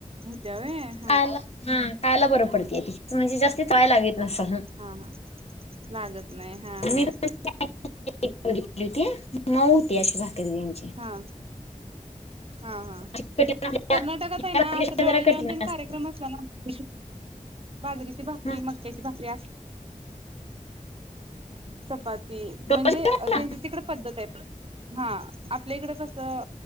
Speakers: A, on the right; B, on the left.
A: <inaudible>
B: खायला हा खायला बरं पडतेय ती म्हणजे जास्त चावायला लागत नस हा.
A: हा हां लागत नाही. हा
B: <unintelligible>
A: हा
B: मऊ होती अशी भाकरी त्यांची.
A: हा. हा हा
B: अशी कठीण आपल्या
A: कर्नाटकात आहे
B: या
A: ना
B: भाकरीपेक्षा
A: असं ढवळ
B: जरा
A: जेऊन
B: कठीण
A: त कार
B: असते
A: मसला ना बाजरीची भाकरी
B: हं.
A: मक्याची भाकरी अस. चपाती ती
B: रोज
A: म्हणजे
B: करायला?
A: त्यांची तिकड पद्धत आहे हा आपल्या इकड कसं.